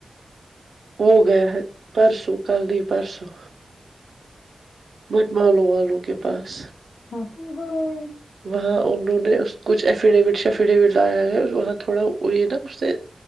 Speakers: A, on the right; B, on the left.
A: ہو گیا ہے پرسوں کل نہیں پرسوں بٹ مالوں والوں کے پاس
B: ہ گئی <unintelligible>
A: وہاں انہوں نے کچھ ایفیڈیوٹ شفیڈیوٹ لایا ہے وہاں تھوڑا وہ یہ نا اس نے